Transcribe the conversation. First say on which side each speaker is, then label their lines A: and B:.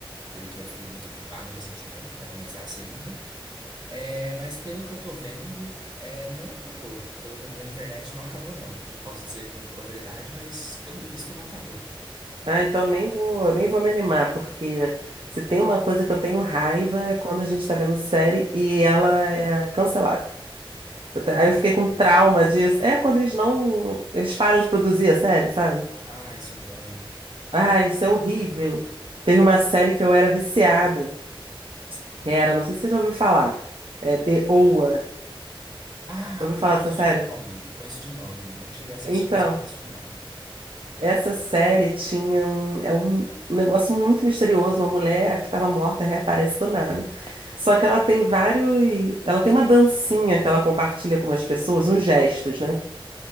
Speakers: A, on the right (about 50°); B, on the right (about 65°).
A: porque eu fiquei muito ocupado recentemente pra começar a segunda. É, mas pelo que eu tô vendo, é, não acabou. Pelo que eu vi na internet, não acabou, não. Eu não posso dizer com propriedade, mas pelo visto não acabou.
B: Ah, então nem vou, nem vou me animar, porque se tem uma coisa que eu tenho raiva é quando a gente tá vendo série e ela é cancelada. Eu
A: Cancelada?
B: te- Aí eu fiquei com trauma disso. É quando eles não. Eles param de produzir a série, sabe?
A: Ah, isso dói.
B: Ah, isso é horrível. Teve uma série que eu era viciada, que era, não sei se você já ouviu falar, é The OA. Já
A: Ah,
B: ouviu
A: eu
B: falar
A: conheço
B: dessa série?
A: de nome, conheço de nome. Não cheguei a assistir,
B: Então,
A: mas eu conheço de nome.
B: essa série tinha um. É um negócio muito misterioso. Uma mulher que estava morta reaparece do nada. Só que ela tem vários. Ela tem uma dancinha que ela compartilha com umas pessoas, uns gestos, né?